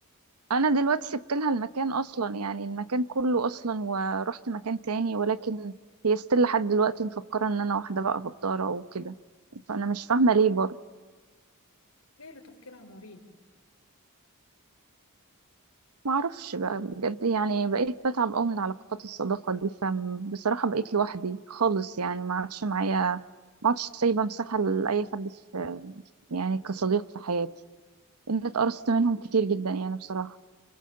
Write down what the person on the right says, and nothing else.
انا دلوقتي سبت لها المكان اصلا يعني المكان كله اصلا ورحت مكان تاني ولكن هي ستيل لحد دلوقتي مفكره ان انا واحده بقى غداره وكده فانا مش فاهمه ليه برضه
ما اعرفش بقى بجد يعني بقيت بتعب قوي من العلاقات الصداقه دي فبصراحه بقيت لوحدي خالص يعني ما عادش معايا ما عادش سايبه مساحه لاي حد في يعني كصديق في حياتي ان اتقرصت منهم كتير جدا يعني بصراحه